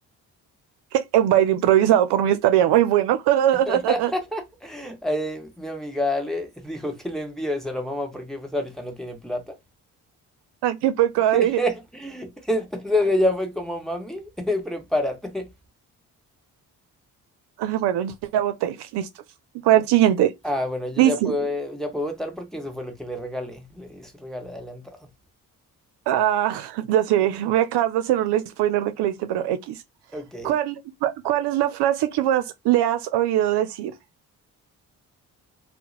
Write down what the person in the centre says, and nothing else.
<laughs> Eh, mi amiga Ale dijo que le envíe eso a la mamá porque pues ahorita no tiene plata.
<laughs> Entonces ella fue como, mami, <laughs> prepárate.
Ah, bueno, yo
ya puedo, ya puedo votar porque eso fue lo que le regalé. Le di su regalo adelantado.
Ok,